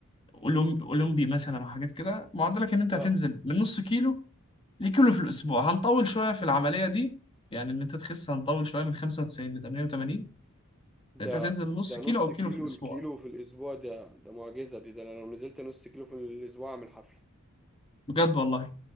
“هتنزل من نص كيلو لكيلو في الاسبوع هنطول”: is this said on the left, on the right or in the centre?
Left